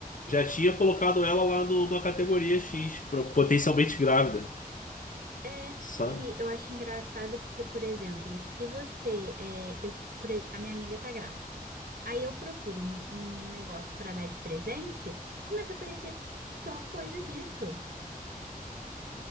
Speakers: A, on the left; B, on the right.
A: já tinha colocado ela lá numa categoria X, pro- potencialmente grávida,
B: É,
A: sabe?
B: e eu acho engraçado porque, por exemplo, se você, é, eu, pre- a minha amiga tá grávida, aí eu procuro um, um negócio pra dar de presente, começa a aparecer só coisa disso.